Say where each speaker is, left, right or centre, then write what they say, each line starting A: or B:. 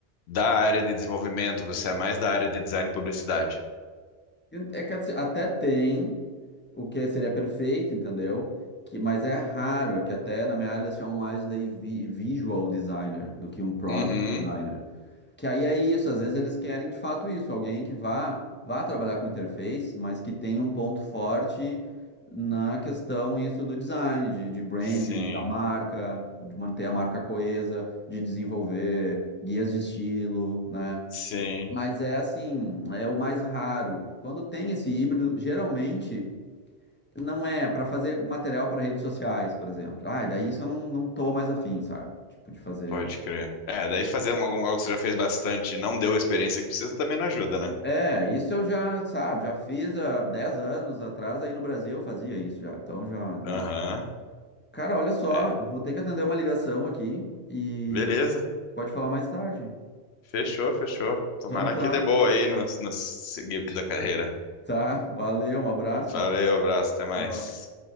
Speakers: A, on the left; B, on the left.
A: da área de desenvolvimento, você é mais da área de design e publicidade.
B: É que assim, até tem o que seria perfeito, entendeu? Que, mas é raro, é que até na minha área eles chamam mais de daí vi- visual designer do que um product
A: Uhum.
B: designer. Que aí é isso, às vezes eles querem de fato isso, alguém que vá, vá trabalhar com interface, mas que tenha um ponto forte na questão isso do design, de, de branding,
A: Sim,
B: da marca, de manter a marca coesa, de desenvolver guias de estilo, né?
A: sim,
B: Mas é assim, é o mais raro. Quando tem esse híbrido, geralmente não é para fazer material para redes sociais, por exemplo. Ah, e daí isso eu não, não tô mais afim, sabe? Tipo, de fazer.
A: pode crer. É, daí fazer um- algum- algo que você já fez bastante e não deu a experiência que precisa também não ajuda, né?
B: É, isso eu já, sabe, já fiz há 10 anos atrás, aí no Brasil eu fazia isso já. Então já, né?
A: Aham,
B: Cara, olha só,
A: é.
B: eu vou ter que atender uma ligação aqui e
A: Beleza.
B: pode falar mais tarde.
A: Fechou, fechou. Tomara
B: Então tá,
A: que dê boa aí no, no seguir da carreira.
B: tá, valeu, um abraço.
A: Valeu, abraço, até mais.
B: Tchau.